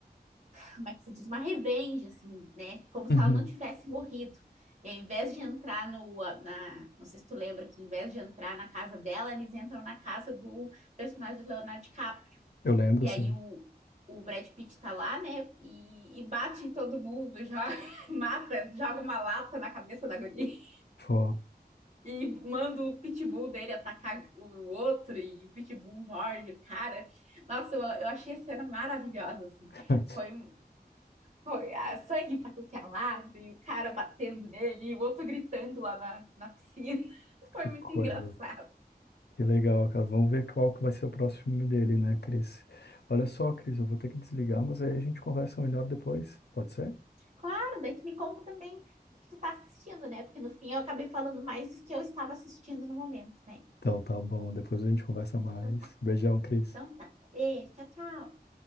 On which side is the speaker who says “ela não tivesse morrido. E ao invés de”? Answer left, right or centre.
Right